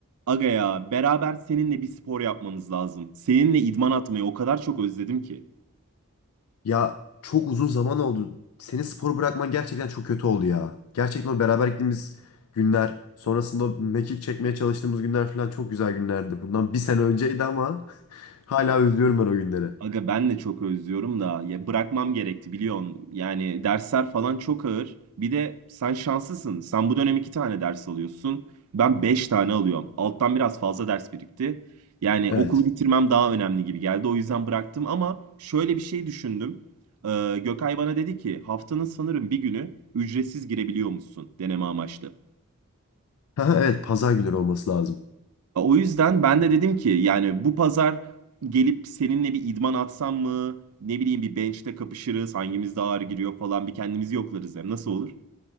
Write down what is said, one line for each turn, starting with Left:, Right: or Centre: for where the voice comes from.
Right: Aga ya beraber seninle bir spor yapmamız lazım. Seninle idman atmayı o kadar çok özledim ki.
Left: Ya çok uzun zaman oldu. Senin sporu bırakman gerçekten çok kötü oldu ya. Gerçekten o beraber gittiğimiz günler, sonrasında o mekik çekmeye çalıştığımız günler falan çok güzel günlerdi. Bundan bir sene önceydi ama <laughs> hala özlüyorum ben o günleri.
Right: Aga ben de çok özlüyorum da ya bırakmam gerekti biliyorsun. Yani dersler falan çok ağır. Bir de sen şanslısın. Sen bu dönem iki tane ders alıyorsun. Ben beş tane alıyorum. Alttan biraz fazla ders birikti. Yani
Left: Evet.
Right: okulu bitirmem
Left: <laughs>
Right: daha önemli gibi geldi. O yüzden bıraktım ama şöyle bir şey düşündüm. Ee, Gökay bana dedi ki haftanın sanırım bir günü ücretsiz girebiliyormuşsun deneme amaçlı.
Left: Ha, evet pazar günleri olması lazım.
Right: O yüzden ben de dedim ki yani bu pazar gelip seninle bir idman atsam mı? Ne bileyim bir bench'te kapışırız. Hangimiz daha ağır giriyor falan bir kendimizi yoklarız hem. Nasıl olur?